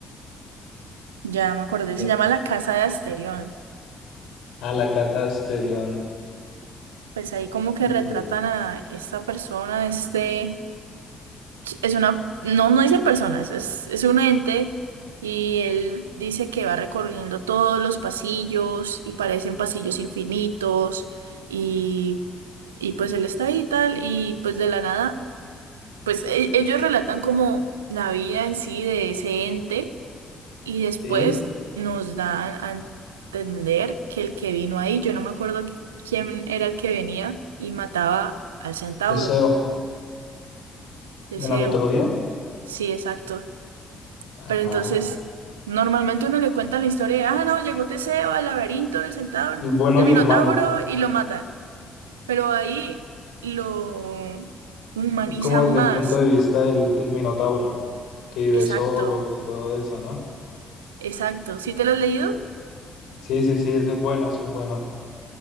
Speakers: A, on the right; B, on the left.
A: ya me acordé.
B: Eh,
A: Se llama La Casa de Asterión.
B: Ah, La Casa de Asterión.
A: pues ahí como que
B: Ok,
A: retratan a esta persona, este, es una, no, no dice persona, es, es, es un ente y él dice que va recorriendo todos los pasillos y parecen pasillos infinitos y, y pues él está ahí y tal y pues de la nada, pues e- ellos relatan como la vida en sí de ese ente y después
B: sí.
A: nos dan a entender que el que vino ahí, yo no me acuerdo qui- quién era el que venía y mataba al centauro,
B: Teseo.
A: Deseo.
B: ¿De la mitología?
A: Sí, exacto.
B: Ajá.
A: Pero entonces, normalmente uno le cuenta la historia de, ah, no, llegó Teseo al laberinto del centauro,
B: El bueno
A: del
B: y
A: minotauro
B: el malo.
A: y lo matan. Pero ahí lo humanizan
B: Es como desde
A: más.
B: el punto de vista del, del Minotauro, que vive
A: Exacto,
B: solo, que todo eso, ¿no?
A: exacto. ¿Sí te lo has leído?
B: Sí, sí, sí, ese es bueno, ese es bueno.